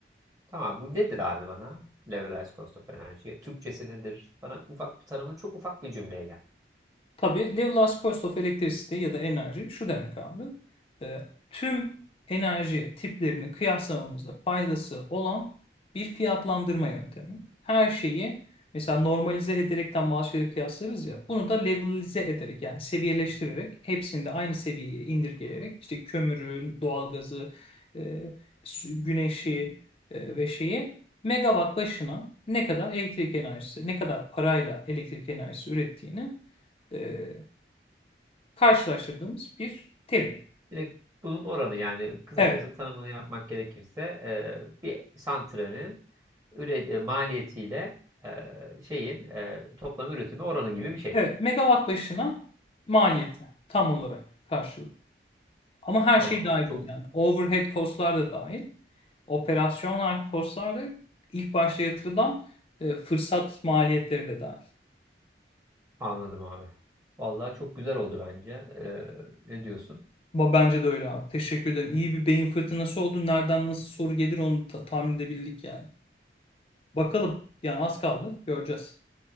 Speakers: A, on the right; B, on the left.
A: Tamam bu nedir abi bana? Levelized Cost of Energy. Türkçesi nedir? Bana ufak bir tanımını çok ufak bir cümleyle.
B: Tabii Lewis Cost of Electricity ya da enerji şu demek abi. e, tüm enerji tiplerini kıyaslamamızda faydası olan bir fiyatlandırma yöntemi. Her şeyi mesela normalize ederekten maaşları kıyaslarız ya. Bunu da levelize ederek yani seviyeleştirerek hepsini de aynı seviyeye indirgeyerek işte kömürü, doğalgazı, e, su- güneşi e, ve şeyi megawatt başına ne kadar elektrik enerjisi, ne kadar parayla elektrik enerjisi ürettiğini e, karşılaştırdığımız bir terim.
A: Direkt bunun oranı yani kısacası
B: Evet,
A: tanımını yapmak gerekirse e, bir santralin üre- e, maliyetiyle e, şeyin e, toplam üretimi oranı gibi bir şey.
B: evet megawatt başına maliyeti tam olarak karşılığı. Ama her
A: Tamam
B: şey dahil
A: abi. Çok
B: bunun yani. Overhead costlar da dahil. Operasyonel costlar da ilk başta yatırılan e, fırsat maliyetleri de dahil.
A: Anladım abi. Vallahi çok güzel oldu bence. Ee, ne diyorsun?
B: Ama bence de öyle abi. Teşekkür ederim. İyi bir beyin fırtınası oldu. Nereden nasıl soru gelir onu ta- tahmin edebildik yani. Bakalım yani az kaldı. Göreceğiz.